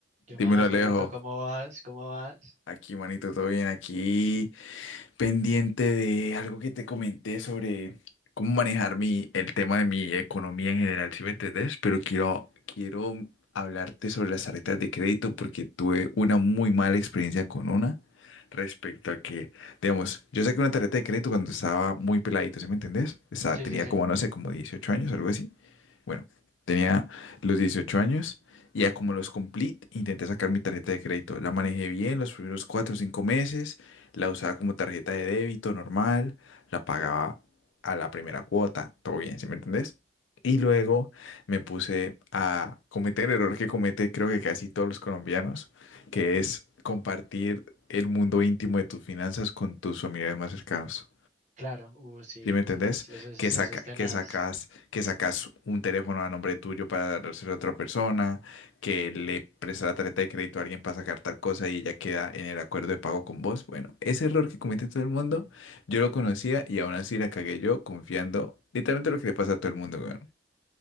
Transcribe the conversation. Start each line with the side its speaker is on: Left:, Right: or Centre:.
Right: ¿Qué
Left: Dímelo,
Right: más,
Left: Alejo.
Right: Pablito? ¿Cómo vas? ¿Cómo vas?
Left: Aquí, manito, todo bien. Aquí, pendiente de algo que te comenté sobre cómo manejar mi, el tema de mi economía en general, si me entendés? Pero quiero, quiero hablarte sobre las tarjetas de crédito porque tuve una muy mala experiencia con una respecto a que, digamos, yo saqué una tarjeta de crédito cuando estaba muy peladito, ¿sí me entendés? Estaba,
Right: Sí,
Left: tenía
Right: sí, sí.
Left: como, no sé, como 18 años, algo así. Bueno, tenía los 18 años y ya como los cumplí, intenté sacar mi tarjeta de crédito. La manejé bien los primeros 4 o 5 meses, la usaba como tarjeta de débito normal, la pagaba a la primera cuota, todo bien, ¿sí me entendés? Y luego me puse a cometer el error que comete creo que casi todos los colombianos, que es compartir el mundo íntimo de tus finanzas con tus familiares más cercanos.
Right: Claro. Uh, sí,
Left: ¿Sí me entendés?
Right: sí, sí, sí. Eso es,
Left: Que saca,
Right: eso es tenaz.
Left: que sacas, que sacas un teléfono a nombre tuyo para dárselo a otra persona, que le prestas la tarjeta de crédito a alguien para sacar tal cosa y ella queda en el acuerdo de pago con vos. Bueno, ese error que comete todo el mundo, yo lo conocía y aún así la cagué yo confiando literalmente lo que le pasa a todo el mundo, weón.